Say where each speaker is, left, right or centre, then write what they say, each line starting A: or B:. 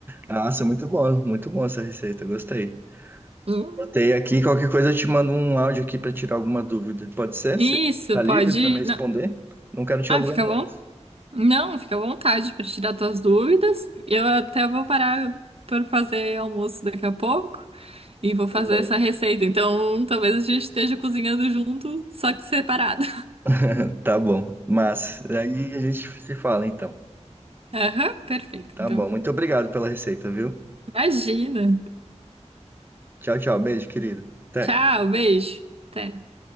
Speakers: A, on the right; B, on the right.
A: Nossa, muito bom, muito bom essa receita, gostei.
B: Hum.
A: Anotei aqui, qualquer coisa eu te mando um áudio aqui para tirar alguma dúvida. Pode ser?
B: Isso,
A: Você tá
B: pode.
A: livre para me responder?
B: não.
A: Não quero te
B: Ah,
A: alugar
B: fica
A: muito.
B: à Não, fica à vontade para tirar tuas dúvidas. Eu até vou parar para fazer almoço daqui a pouco e vou fazer
A: Aham.
B: essa receita. Então, talvez a gente esteja cozinhando junto, só que separado.
A: <laughs> Tá bom, mas aí a gente se fala então.
B: <laughs> Aham, perfeito.
A: Tá
B: Então,
A: bom, muito obrigado pela receita, viu?
B: imagina.
A: Tchau, tchau, beijo, querido. Até.
B: Tchau, beijo. Até.